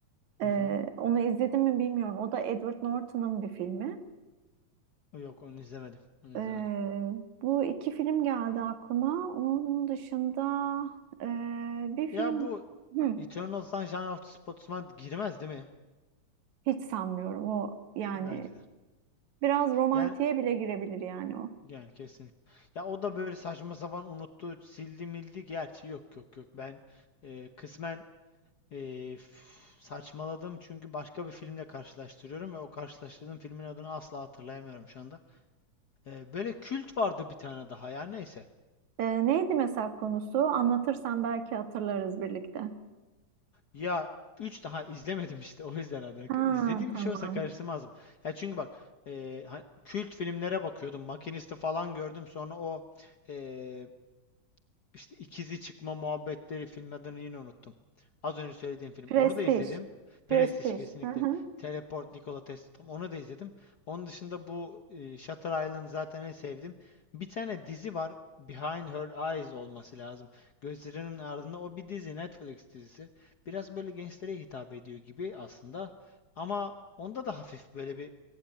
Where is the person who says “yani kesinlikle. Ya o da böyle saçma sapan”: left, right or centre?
Left